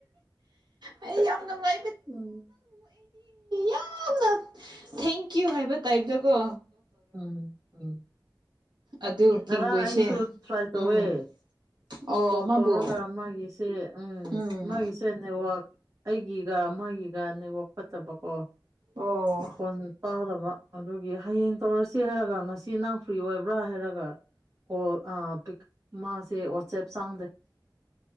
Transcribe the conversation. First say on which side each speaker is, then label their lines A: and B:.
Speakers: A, on the right; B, on the right.
A: ꯑꯩ ꯌꯥꯝ ꯅꯨꯉꯥꯏ
B: ꯎꯝ
A: ꯌꯥꯝꯅ ꯊꯦꯡꯀ꯭ꯌꯨ ꯍꯥꯏꯕ ꯇꯥꯏꯞꯗꯀꯣ
B: ꯎꯝ ꯎꯝ
A: ꯑꯗꯨ
B: ꯉꯔꯥꯡ
A: ꯀꯦꯡꯒꯨꯏꯁꯦ
B: ꯑꯩꯁꯨ ꯇ꯭ꯔꯥꯏ ꯇꯧꯋꯦ
A: ꯎꯝ ꯑꯣ
B: ꯀꯣꯜ
A: ꯃꯥꯕꯨ
B: ꯇꯧꯔꯒ ꯃꯥꯒꯤꯁꯦ ꯎꯪ
A: ꯎꯝ
B: ꯃꯥꯒꯤꯁꯦ ꯅꯦꯋꯥꯛ ꯑꯩꯒꯤꯒ ꯃꯣꯏꯒꯤꯒ ꯅꯦꯋꯥꯛ ꯐꯠꯇꯕꯀꯣ
A: ꯑꯣ
B: ꯃꯈꯣꯟ ꯇꯥꯗꯕ ꯑꯗꯨꯒꯤ ꯍꯌꯦꯡ ꯇꯧꯔꯁꯦ ꯍꯥꯏꯔꯒ ꯉꯁꯤ ꯅꯪ ꯐ꯭ꯔꯤ ꯑꯣꯏꯕ꯭ꯔꯥ ꯍꯥꯏꯔꯒ ꯀꯣꯜ ꯑ ꯄꯤꯛ ꯃꯥꯁꯦ ꯋꯥꯠꯁꯞ ꯆꯪꯗꯦ